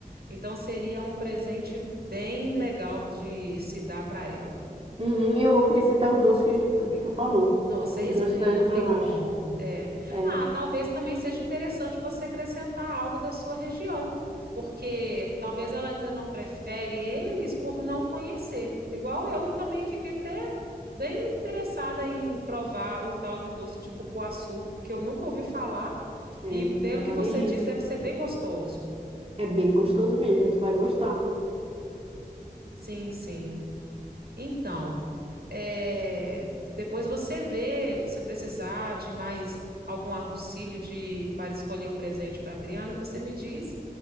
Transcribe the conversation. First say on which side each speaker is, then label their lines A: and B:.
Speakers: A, on the right (about 75°); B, on the right (about 35°).
A: Então seria um presente bem legal de se dar para ela.
B: Uhum, e eu vou acrescentar os doces que tu, que tu falou.
A: Nossa,
B: Os
A: esse
B: doces
A: daí
B: tradicionais.
A: não tem como. É.
B: É,
A: Ah, talvez também seja interessante você acrescentar algo da sua região, porque talvez ela ainda não prefere eles por não conhecer. Igual eu também fiquei até bem interessada em provar o tal de doce de cupuaçu, que eu nunca ouvi falar,
B: é,
A: e
B: menina,
A: pelo
B: é
A: que
B: uma
A: você
B: delícia.
A: diz, deve ser bem gostoso.
B: É bem gostoso mesmo, tu vai gostar.
A: Sim, sim. Então, é, depois você vê se precisar de mais algum auxílio de para escolher o presente para a Adriana, você me diz,